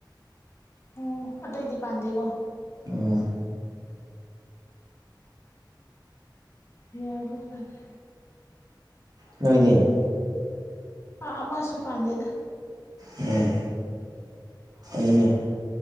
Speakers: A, on the left; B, on the right.
A: ꯎꯝ ꯑꯇꯩꯗꯤ ꯄꯥꯟꯗꯦꯒꯣ
B: ꯑꯣ
A: ꯌꯥꯕ ꯖꯠꯅꯦ
B: ꯅꯣꯏꯗꯤ
A: ꯑꯥ ꯑꯃꯁꯨ ꯄꯥꯟꯗꯦꯗ
B: ꯎꯝ ꯐꯩꯅ